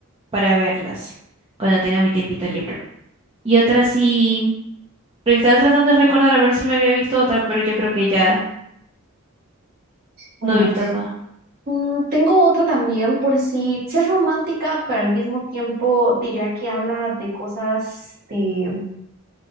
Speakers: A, on the right; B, on the right.
A: para verlas cuando tenga mi tiempito libre. Y otra sí, porque estaba tratando de recordar a ver si me había visto otra, pero yo creo que ya
B: bueno.
A: no he visto más.
B: Mm, tengo otra también por si, si es romántica, pero al mismo tiempo diría que habla de cosas de